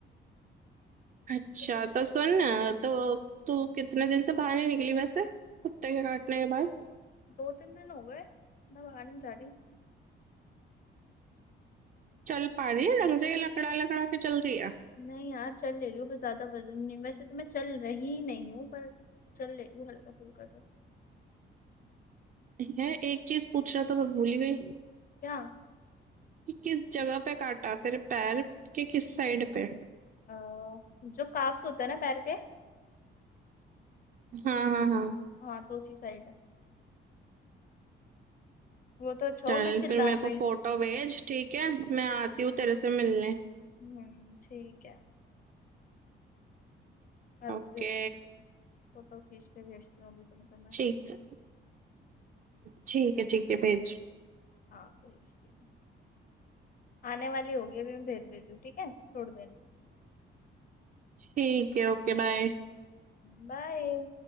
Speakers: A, on the right (about 40°); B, on the left (about 45°).
A: अच्छा
B: अरे,
A: तो सुन ना, तो तू कितने दिन से बाहर नहीं निकली वैसे कुत्ते के काटने के बाद
B: दो तीन दिन हो गए मैं बाहर नहीं जा रही
A: चल पा रही है ढंग से या लकड़ा लकड़ा के चल रही है
B: नहीं यार चल ले रही हूँ पर ज्यादा वजन नहीं वैसे तो मैं चल रही नहीं हूँ पर चल ले रही हूँ हल्का फुल्का तो
A: है एक चीज पूछना तो मैं भूल ही गई
B: क्या
A: कि किस जगह पे काटा तेरे पैर के किस साइड पे
B: अ, जो काफ्स होते हैं ना पैर के
A: हाँ हाँ हाँ
B: हाँ तो उसी साइड वो तो अच्छा हो
A: चल
B: मैं चिल्ला
A: फिर मेरे को
B: गई
A: फोटो भेज ठीक है मैं आती हूँ तेरे से मिलने
B: हम्म ठीक है अभी
A: ओके
B: भेजती हूँ फोटो खींच के भेजती हूँ अभी तुमको मैं
A: ठीक है ठीक है ठीक है भेज
B: हाँ भेजती हूँ आने वाली होगी अभी मैं भेज देती हूँ ठीक है थोड़ी देर में
A: ठीक है ओके बाय
B: बाय